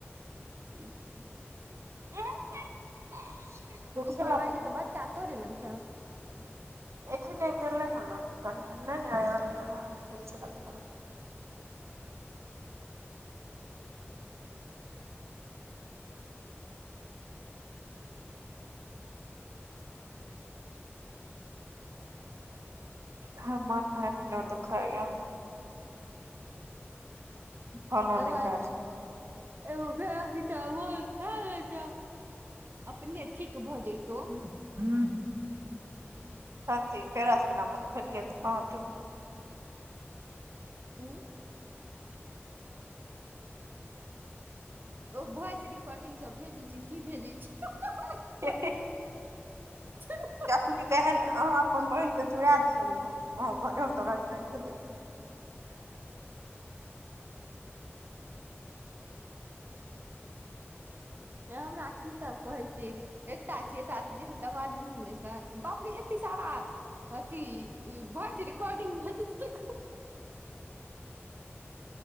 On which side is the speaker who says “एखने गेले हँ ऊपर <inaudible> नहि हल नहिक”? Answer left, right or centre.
Right